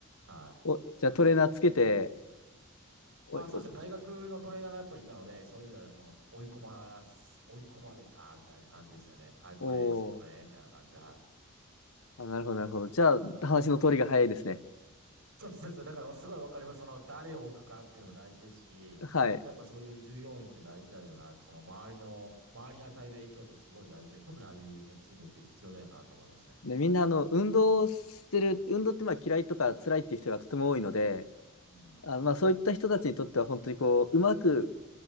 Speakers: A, on the right (about 65°); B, on the left (about 70°).
A: い。はい。
B: お、じゃあトレーナーつけて、
A: そうです。そうですあ、
B: お、
A: そうですね。大学のトレーナーがやっぱりいたので、そういう意味ではその追い込まらす、追い込まれたみたいな感じですよね。はい、これ、
B: お、おー
A: 次これ、みたいな感じで、はい。
B: あ、なるほど、
A: そうです、
B: なるほど。
A: そうです。
B: じゃあ、
A: はい
B: 話の通りが早いですね。
A: そうそうそう。だからすごいわかります。その誰を置くかっていうのも大事ですし、
B: はい。
A: やっぱそういう従業員って大事だよな。その周りの、周りに与える影響ってすごい大事です。特にああいうね、ジムって必要だよなと思いますね。
B: で、みんな、あの、運動してる、運動ってまあ嫌いとか辛いっていう人がとても多いので、
A: うん。
B: あの、まあそういった人たちにとっては本当にこう、うまく